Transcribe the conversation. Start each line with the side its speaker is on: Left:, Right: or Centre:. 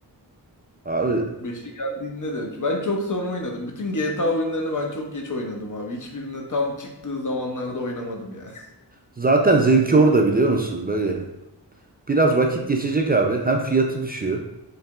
Right: Abi
Left: Beşi geldiğinde de ben çok sonra oynadım. Bütün GTA oyunlarını ben çok geç oynadım abi. Hiçbirini tam çıktığı zamanlarda oynamadım ya.
Right: zaten zevki orada biliyor musun? Böyle biraz vakit geçecek abi. Hem fiyatı düşüyor